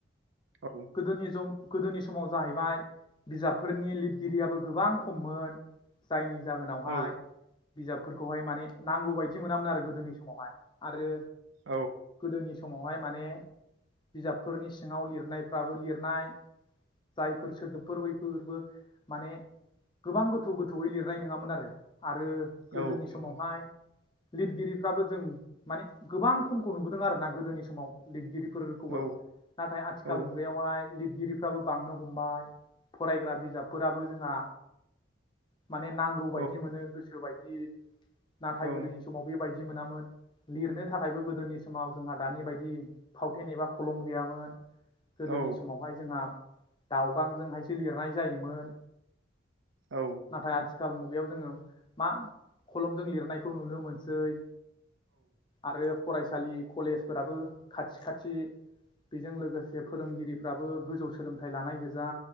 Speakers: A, on the right; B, on the left.
A: औ
B: गोदोनि ज गोदोनि समाव जाहैबाय बिजाबफोरनि लिदगिरियाबो गोबां खममोन जायनि जाहोनावहाय
A: औ
B: बिजाबफोरखौहाय माने नांगौ बायदि मोनामोन आरो गोदोनि समावहाय आरो
A: औ
B: गोदोनि स समावहाय माने बिजाबफोरनि सिङाव लिरनायफ्राबो लिरनाय जायफोर सोदोब। फोर बैफोरबो माने गोबां गोथौ गोथौयै लिरनाय नङामोन आरो आरो गोदोनि
A: औ नंगौ
B: समावहाय लिदगिरिफ्राबो जों माने गोबां खमखौ नुबोदों आरोना गोदोनि समाव लिदगिरि फोरखौबो
A: औ
B: नाथाय आथिखाल
A: औ
B: मुगायावहाय लिदगिरिफ्राबो बांनो हमबाय। फरायग्रा बिजाबफोराबो जोंहा माने नांगौ बायदि
A: औ
B: मोनो गोसो बायद दि नाथाय
A: ओं
B: गोदोनि समाव बेबायद दि मोनामोन लिरनो थाखायबो गोदोनि समाव जोंहा दानि बायदि फावथेन एबा खलम गैयामोन। गोदोनि
A: औ
B: समावहाय जोंहा दाउ। गांजोंहायसो लिरनाय जायोमोन।
A: औ
B: नाथाय आथिखाल मु बेयाव जोङो मा खलमजों लिरनायखौ नुनो मोनसै। आरो फराय सालि कलेजफोराबो खाथि खाथि बिजों लोगोसे फोरोंगिरिफ्राबो गोजौ सोलोंथाइ लानाय गोज जा